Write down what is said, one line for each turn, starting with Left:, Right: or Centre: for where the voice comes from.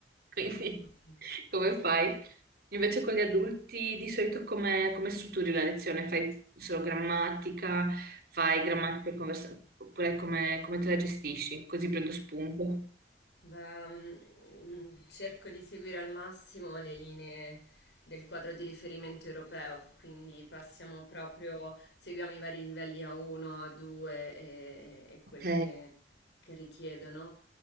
Right: Quindi
Left: Ok.
Right: come fai? Invece con gli adulti di solito come, come strutturi la lezione? Fai solo grammatica, fai grammatica e conversazione, oppure come, come te la gestisci? Così prendo spunto.
Left: Beh, mm, cerco di seguire al massimo le linee del quadro di riferimento europeo, quindi passiamo proprio, seguiamo i vari livelli A1, A2 e, e quel
Right: Ok,
Left: che, che richiedono.